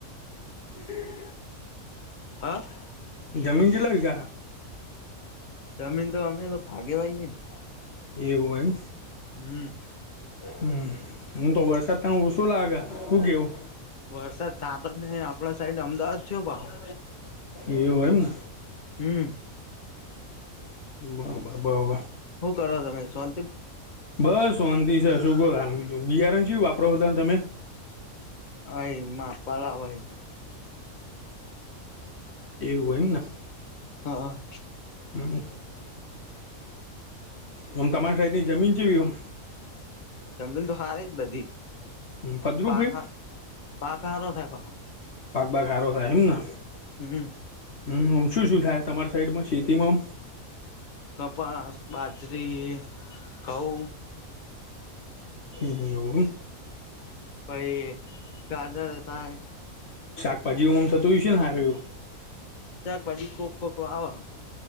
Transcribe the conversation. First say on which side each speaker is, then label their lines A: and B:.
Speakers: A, on the left (about 35°); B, on the left (about 50°).
A: હ <unintelligible>
B: જમીન જે લવિકા.
A: જમીન તો અમે તો ભાગેવાઈએ ને.
B: એવું એમ.
A: હમ.
B: હમ, હું તો વરસાદ ત ઓ શું લાગે? શું કેવું
A: વરસાદ થતો જ નહી આપડા સાઈડ અમદાવાદ થયો બા,
B: એવું એમ ને
A: હમ.
B: બરોબર બરોબર.
A: હું કરો તમે શા
B: બસ શંતિ છે શુંગ લમીજું બિયારણ શ વાપરોતા તમે?
A: અ માં પા લાવે એ તો.
B: એવું એમ ને.
A: હ હ.
B: હમ. હમ તમારી સાઈડની જમીન જેવી એમ.
A: જમીન તો હારે જ બધી,
B: પદરૂપ
A: પાક
B: એ
A: પાક હારો થાય પાહો.
B: પાક બાાગ હારો થાય એમ ને.
A: હમ
B: હમ મ શું શું થાય તમારી સાઈડમાં શેતીમાં?
A: કપાસ બાજરી, ઘઉ.
B: એનુ એ
A: ભાઈ ગાજર થાય.
B: શાકભાજીમ થતું હોયું છે ને હારું.
A: શાકભાજી કોક કોક આવે.